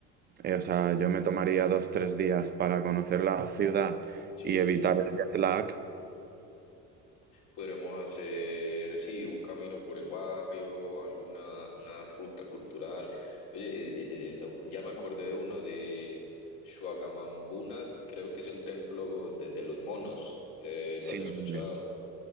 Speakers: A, on the right (about 30°); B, on the left (about 75°).
A: eh, o sea, yo me tomaría dos, tres días para conocer la ciudad
B: sí,
A: y evitar el jet lag.
B: podremos hacer, sí, un camino por el barrio, alguna una ruta cultural. Oye, eh, eh, eh, eh, oh, ya me acordé de uno, de Shuagamambunat, creo que es el templo de, de los monos. ¿Te
A: Sí,
B: lo has escuchado?
A: muy bien.